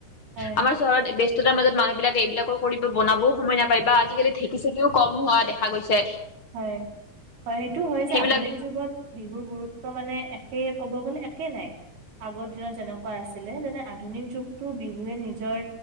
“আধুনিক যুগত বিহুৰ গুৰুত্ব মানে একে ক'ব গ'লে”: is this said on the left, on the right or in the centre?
Right